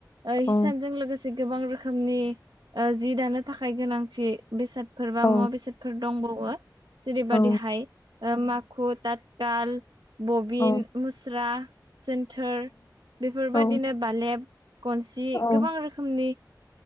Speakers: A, on the right; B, on the left.
A: हिसानजों
B: औ
A: लोगोसे गोबां रोखोमनि जि दानो थाखाय गोनांथि बेसादफोर बा
B: औ
A: मुवा बेसादफोर दंबावो जेरैबादिहाय
B: औ
A: माखु तााथथाल बबिन
B: औ
A: मुस्रा सेन्थोर बेफोरबायदिनो
B: औ
A: बालेब खनसि
B: औ
A: गोबां रोखोमनि